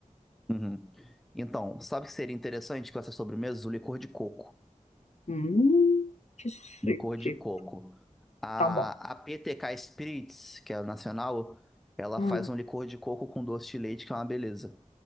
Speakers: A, in the centre; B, on the left.
A: Uhum. Então, sabe o que seria interessante com essas sobremesas? O licor de coco.
B: Hum, que
A: Licor
B: chique.
A: de coco. A,
B: Tá bom.
A: a PTK Spirits, que é a nacional, ela
B: Hum,
A: faz um licor de coco com doce de leite, que é uma beleza.